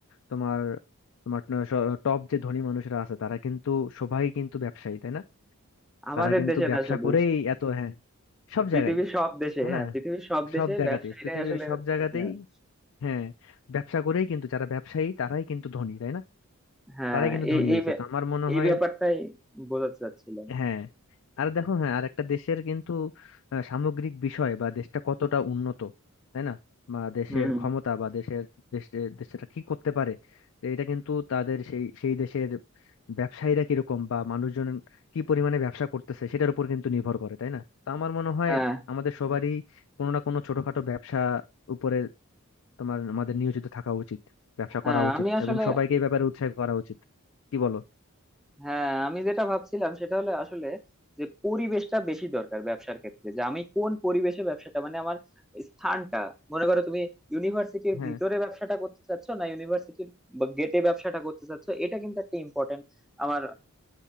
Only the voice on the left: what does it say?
তোমার তোমার টপ যে ধনী মানুষরা আছে তারা কিন্তু সবাই কিন্তু ব্যবসায়ী তাই না
তারা কিন্তু
ব্যবসা
করেই এত হ্যাঁ সব
জায়গায়
তাই
না
সব জায়গাতেই
পৃথিবীর
সব জায়গাতেই
হ্যাঁ ব্যবসা করেই কিন্তু যারা ব্যবসায়ী তারাই কিন্তু ধনী তাই না
তারাই কিন্তু
ধনী হয়েছে
তো আমার মনে
হয়
হ্যাঁ আর দেখো হ্যাঁ আর একটা দেশের কিন্তু আহ, সামগ্রিক বিষয় বা দেশটা কতটা উন্নত তাই না বা দেশের
ক্ষমতা বা দেশের দেশের দেশটা কি করতে পারে তো এটা কিন্তু তাদের সেই সেই দেশের ব্যবসায়ীরা কিরকম বা মানুষজন কি পরিমাণে ব্যবসা করতেছে সেটার উপর কিন্তু নির্ভর করে তাই না তো আমার মনে হয়
আমাদের সবারই কোনো না কোনো ছোটখাটো ব্যবসা উপরে তোমার আমাদের নিয়োজিত থাকা উচিত ব্যবসা
করা উচিত
এবং সবাইকে এই ব্যাপারে উৎসাহ করা উচিত কি বলো
হ্যাঁ